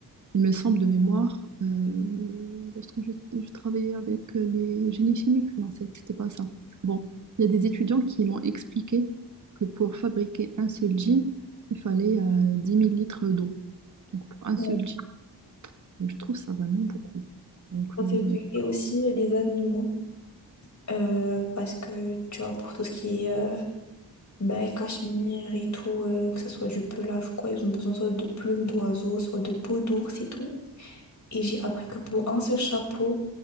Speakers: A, on the right; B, on the left.
A: Il me semble de mémoire, euh, lorsque je, je travaillais avec les génies chimiques, non, c'est- c'était pas ça. Bon, il y a des étudiants qui m'ont expliqué que pour fabriquer un seul jean, il fallait euh, 10 000 litres d'eau. Donc pour un
B: Ouais,
A: seul jean, Donc, je trouve ça vraiment beaucoup. Donc
B: ça,
A: euh,
B: c'est vrai. Et aussi euh, les animaux, euh, parce que, tu vois, pour tout ce qui est euh, Ben, cachemire et tout, euh, que ça soit du pelage ou quoi, ils ont besoin soit de plumes d'oiseaux, soit de peau d'ours et tout. Et j'ai appris que pour un seul chapeau